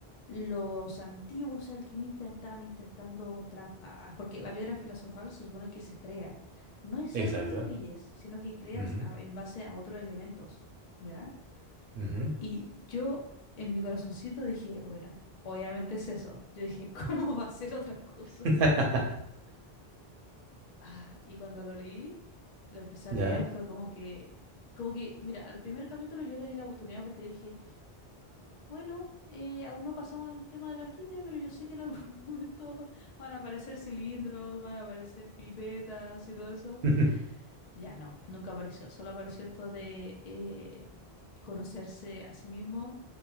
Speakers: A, on the left (about 45°); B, on the right (about 60°).
A: los antiguos alquimistas estaban intentando, trans- a- a- porque la piedra filosofal se supone que se crea, no es
B: Exacto.
A: algo que pilles, sino que creas
B: Ujú,
A: a- en base a otros elementos, ¿ya?
B: ujú.
A: Y yo en mi corazoncito dije, bueno, obviamente es eso. Yo dije, <laughs> ¿cómo va a ser otra cosa?
B: <laughs>
A: Ah, y cuando lo leí, lo empecé a
B: ¿Ya?
A: leer, fue como que, como que, mira, al primer capítulo yo le di la oportunidad porque dije, bueno, eh, aún no pasamos al tema de la alquimia, pero yo sé que en algún <laughs> momento van a aparecer cilindros, van a aparecer pipetas y todo eso.
B: <laughs>
A: Ya no, nunca apareció. Solo apareció esto de eh, conocerse a sí mismo,